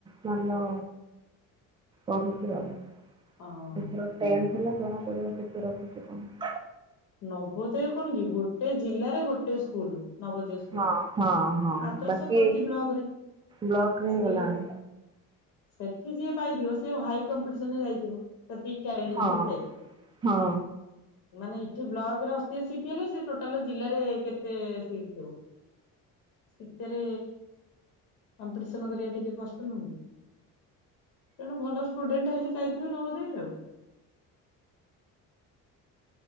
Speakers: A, on the right (about 15°); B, on the left (about 70°).
A: ଭଲ ପଢୁଛି ଆଉ
B: ଅଁ
A: <unintelligible> ଏଥର ଟେନ ହେଲା ଜଣାପଡ଼ିବ କେତେ ରଖୁଛୁ କଣ?
B: ନବୋଦୟ କଣ କି ଗୋଟେ ଜିଲ୍ଲାରେ ଗୋଟେ ସ୍କୁଲ ନବୋଦୟ
A: ହଁ ହଁ ହଁ
B: ଆଦର୍ଶ
A: ବାକି
B: ପ୍ରତି
A: ଏଇ
B: ବ୍ଲକରେ
A: ବ୍ଲକରେ ହେଇଗଲାଣି।
B: ସେଇ ସେଠି ଯିଏ ପାଇଥିବ ସିଏ ହାଇ କମ୍ପିଟିସନରେ ଯାଇଥିବ ସେତି ଟାଲେଣ୍ଟେ
A: ହଁ
B: ହେଇଥିଲି ଯାଇଥିଲି
A: ହଁ
B: ମାନେ ଏଠି ବ୍ଲକ୍ ରେ ଅଶି ସିଟି ହେଲେ ସେ ଟୋଟାଲେ ଜିଲ୍ଲାରେ କେତେ ସିଟ୍ ଥିବ? ସେତେରେ କମ୍ପିଟିସନ କରିବା ଟିକେ କଷ୍ଟ ନୁହୁଁକି ତଣୁ ଭଲ ଷ୍ଟୁଡେଣ୍ଟେ ହେଲେ ଯାଇ ଥିବେ ନବୋଦୟ ରେ‌ ଆଉ।